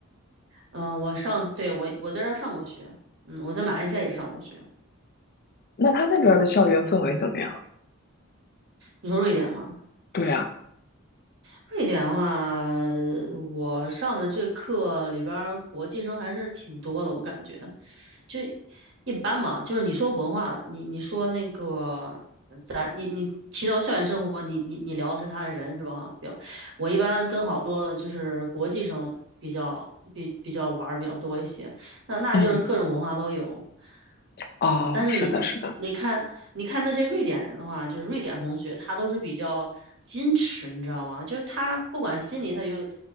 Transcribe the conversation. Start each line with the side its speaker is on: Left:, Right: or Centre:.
Right: 嗯、我上，对，我我在这儿上过学，嗯，我在马来西亚也上过学，
Left: 那他那边儿的校园氛围怎么样？
Right: 你说瑞典吗？
Left: 对啊，
Right: 瑞典的话，我上的这课里边儿国际生还是挺多的，我感觉就一般嘛。就是你说文化的，你你说那个咱你你提到校园生活，你你你聊的是他的人是吧？比较，我一般跟好多的就是国际生比较比比较玩儿比较多一些。那那就是各种文化都有。
Left: 嗯，哦，
Right: 嗯，但是你你看，
Left: 是的，是的，
Right: 你看那些瑞典人的话，就是瑞典同学，他都是比较矜持，你知道吗？就是他不管心里他有